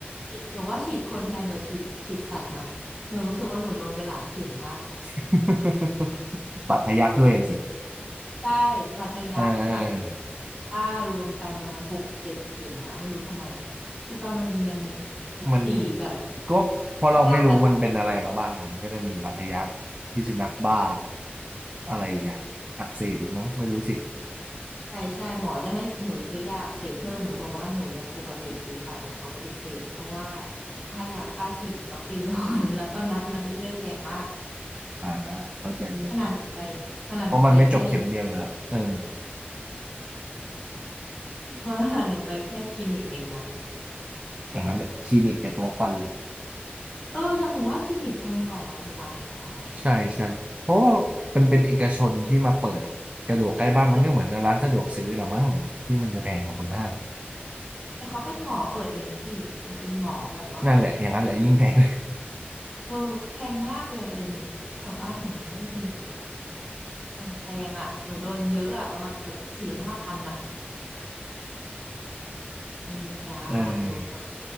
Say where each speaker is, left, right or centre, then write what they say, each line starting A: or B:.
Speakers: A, in the centre; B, on the right (about 30°).
A: ฉีดหนูว่าฉีดคนแพงกว่าฉีดฉีดสัตว์นะหนูรู้สึกว่าหนูโดนไปหลายเข็มมากอะ
B: <laughs> บัตรทะยักด้วยอะสิ
A: ใช่บาดทะยักกับ
B: เออ
A: ป้ารวมกันประมาณหกเจ็ดเข็มอะไม่รู้ทำไมอะใช่ป่ะมันมีอันหนึ่ง
B: มัน
A: สี่กับ
B: ก็เพราะเราไม่รู้มันเป็นอะไรมาบ้างไงมันก็จะมีบาดทะยักพิษสุนัขบ้า
A: ห้ากับ
B: อะไรอีกอ่ะอักเสบอีกมั้งไม่รู้สิ
A: ใช่ใช่หมอจะให้หนูซื้อยาอักเสพเพิ่มหนูบอกว่าหนูยังปกติดีค่ะหนูขอปฏิเสธเพราะว่าค่ายาค่าฉีดวัคซีนสองอัน <laughs> แล้วก็นัดมาเรื่อยๆแพงมาก
B: อ่าอ่าเข้าใจอยู่
A: ขนาดหนูไปขนาดหนูไปแค่
B: เพราะมันไม่จบเข็มเดียวอยู่แล้วเออ
A: เพราะว่าหนูไปแค่คลินิกเองนะ
B: อย่างนั้นแหละคลินิกเนี่ยตัวฟันเลย
A: เออแต่หนูว่าคลินิกแพงกว่าโรงพยาบาลอีกอะทำไมอะ
B: ใช่ใช่เพราะว่ามันเป็นเอกชนที่มาเปิดกระดูกใกล้บ้านมันก็เหมือนร้านสะดวกซื้อละมั้งที่มันจะแพงกว่าบนห้าง
A: เปิดแต่เขาเป็นหมอเปิดเองนะพี่มันเป็นหมอแบบว่า
B: นั่นแหละอย่างนั้นแหละยิ่งแพง
A: เออแพงมากเลยอะหรือหนูแถวบ้านหนูมันไม่มีแบบโอ้แพงอะหนูโดนเยอะอะประมาณแบบสี่ห้าพันอะ นี่จ้าตัวเปิด
B: <laughs> เออ